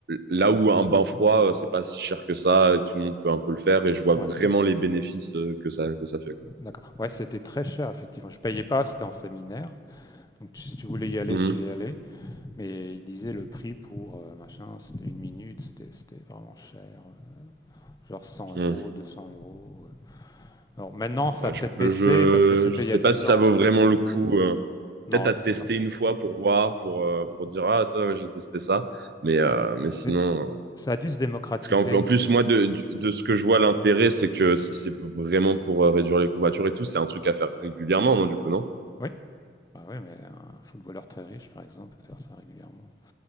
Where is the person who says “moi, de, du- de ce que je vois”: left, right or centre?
Right